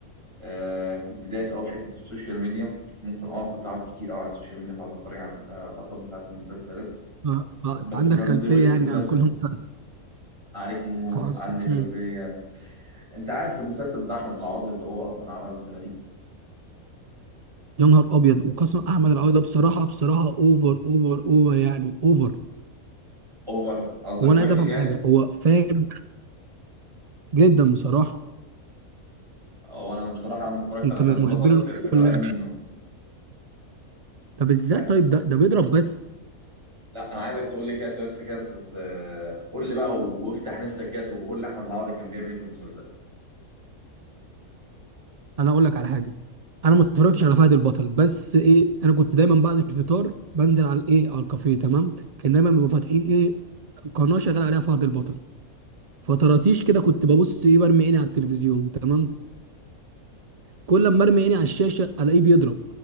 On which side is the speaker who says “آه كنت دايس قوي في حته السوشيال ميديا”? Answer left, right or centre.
Right